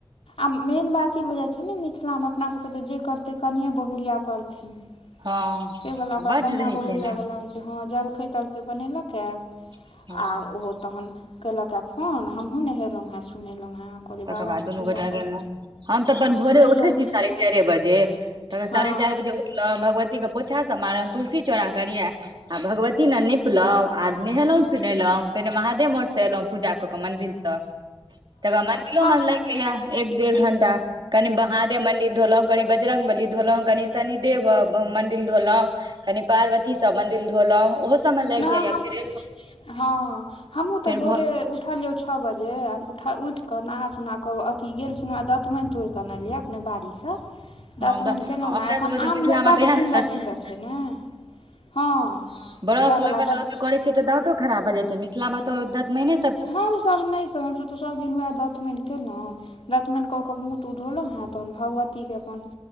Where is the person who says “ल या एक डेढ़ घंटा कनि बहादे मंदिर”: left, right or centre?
Right